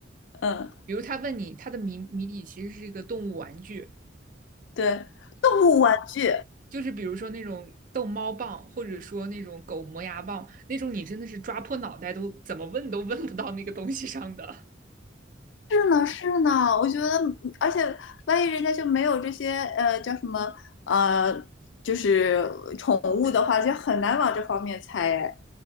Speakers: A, on the left; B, on the right.
A: 嗯，
B: 比如他问你，他的谜谜底其实是一个动物玩具，
A: 对，动物玩具
B: 就是比如说那种逗猫棒，或者说那种狗磨牙棒，那种你真的是抓破脑袋都怎么问都问不到那个东西上的。
A: 是呢是呢，我觉得，而且万一人家就没有这些呃叫什么呃，就是宠物的话，就很难往这方面猜。